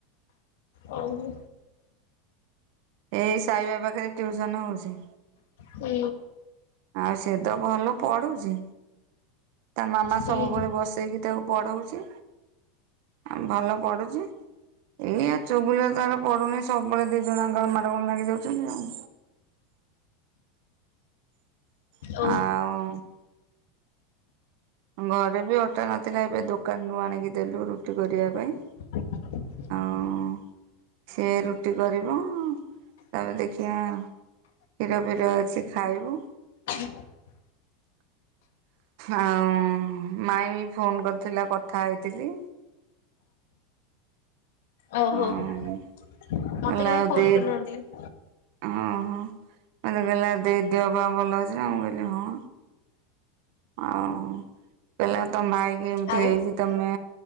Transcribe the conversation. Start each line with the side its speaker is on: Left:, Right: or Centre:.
Left: ହଉ।
Right: ଏଇ ସାଇବା ପାଖରେ ଟିଉସନ ହଉଛି।
Left: ହୁଁ!
Right: ଆଉ ସେଏ ତ ଭଲ ପଢୁଛି ତା ମାମା
Left: ହୁଁ
Right: ସବୁବେଳେ ବସି ସେଇ କି ତାକୁ ପଢ଼ାଉଛି ଆ ଭଲ ପଢ଼ୁଛି। ଏଇଆ ଚୁବୁଲିର ତାର ପଡୁନି ସବୁବେଳେ ଦି ଜଣାଙ୍କର ମାଡ ଗୋଲ ଲାଗି ଯାଉଚନ୍ତି ଆଉ। ଆଉ।
Left: ଓହୋ।
Right: ଘରେ ବି ଅଟା ନଥିଲା ଏବେ ଦୋକାନରୁ ଆଣିକି ଦେଲୁ ରୁଟି କରିବା ପାଇଁ।
Left: <inaudible>
Right: ହଁ ସେ ରୁଟି କରିବ‌। ତାପରେ ଦେଖିଆ କ୍ଷୀର ଫିର ଅଛି ଖାଇବୁ।
Left: <inaudible>
Right: ଆଉ ମାଇଁ ଫୋନ କରିଥିଲା କଥା ହେଇଥିଲି।
Left: ଓହୋ
Right: ଆଉ
Left: ମତେ
Right: କହିଲା
Left: କାହିଁ
Right: ଆଉ
Left: ଫୋନ
Right: ଦେଇ
Left: କରିନାହାନ୍ତି?
Right: ଓହୋ ମତେ କହିଲା ଦେଇ ଦେହ ପା ଭଲ ଅଛି ନା ମୁଁ କହିଲି ହଁ। ଆଉ କହିଲା ତମ ଭାଇକି ଏମିତି
Left: ଆଉ
Right: ହେଇଛି ତମେ